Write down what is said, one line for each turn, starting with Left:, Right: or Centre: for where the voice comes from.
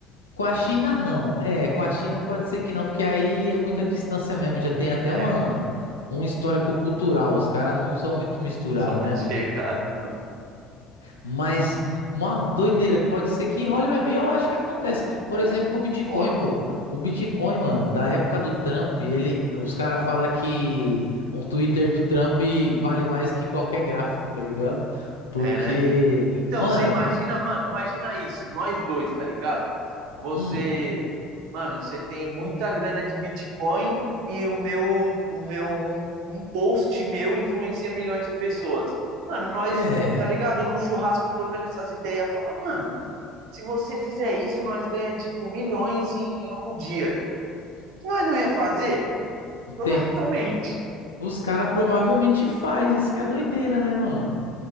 Left: Com a China, não. É, com a China pode ser que não, porque aí é muita distância mesmo. Já tem até
Right: É,
Left: uma,
Right: é,
Left: um histórico cultural. Os caras não são muito misturados,
Right: não são muito
Left: né, mano?
Right: <laughs> chegados, não.
Left: Mas uma doideira, que pode ser que role mesmo. E eu acho que acontece. Por exemplo, com o Bitcoin,
Right: Bola.
Left: pô. O Bitcoin, mano, da época do Trump, ele, os caras falam que um Twitter do Trump vale mais que qualquer gráfico, tá ligado? Porque,
Right: É, né? Então,
Left: mano,
Right: você imagina, mano, imagina isso, nós dois, tá ligado? Você,
Left: hum,
Right: mano, você tem muita grana de Bitcoin e o meu, o meu um, um post meu influencia milhões de pessoas. Mano, nós,
Left: é.
Right: tá ligado? Num churrasco trocando essas ideias, fala, mano, se você fizer isso, nós ganha tipo milhões em um dia. Nós não ia fazer? Provavelmente.
Left: Tem, Os caras provavelmente faz, isso que é doideira, né, mano?